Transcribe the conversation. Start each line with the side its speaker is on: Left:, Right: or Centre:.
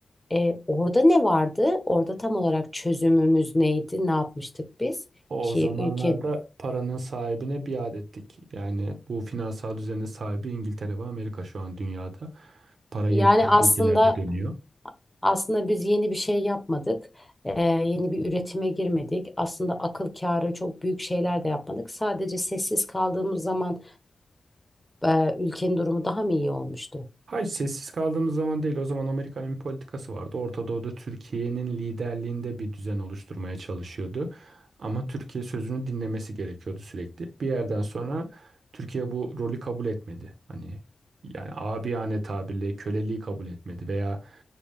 Centre: Eee, orada ne vardı? Orada tam olarak çözümümüz neydi? Ne yapmıştık biz
Right: O
Centre: ki
Right: zamanlarda
Centre: ülkenin?
Right: paranın sahibine biat ettik. Yani bu finansal düzenin sahibi İngiltere ve Amerika şu an dünyada. Para yeni
Centre: Yani aslında
Right: ülkelerde dönüyor.
Centre: Aslında biz yeni bir şey yapmadık. Ee, yeni bir üretime girmedik. Aslında akıl kârı çok büyük şeyler de yapmadık. Sadece sessiz kaldığımız zaman e, ülkenin durumu daha mı iyi olmuştu?
Right: Hayır sessiz kaldığımız zaman değil. O zaman Amerika'nın bir politikası vardı. Orta Doğu'da Türkiye'nin liderliğinde bir düzen oluşturmaya çalışıyordu. Ama Türkiye sözünü dinlemesi gerekiyordu sürekli. Bir yerden sonra Türkiye bu rolü kabul etmedi. Hani yani abiyane tabirle köleliği kabul etmedi veya